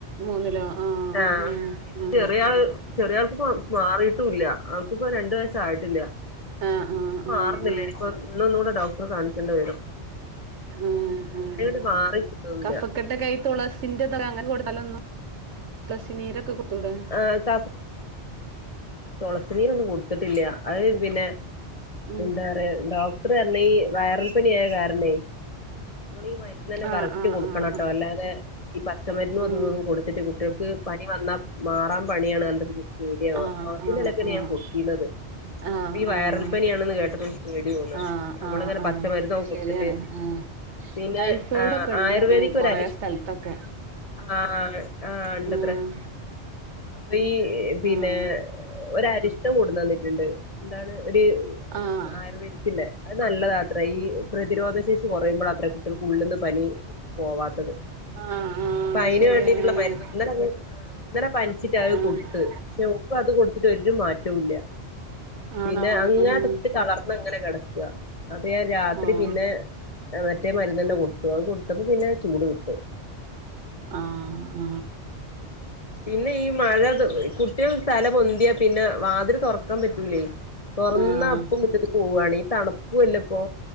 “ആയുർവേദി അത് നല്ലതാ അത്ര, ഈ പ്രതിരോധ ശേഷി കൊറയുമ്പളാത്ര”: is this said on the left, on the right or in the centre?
Left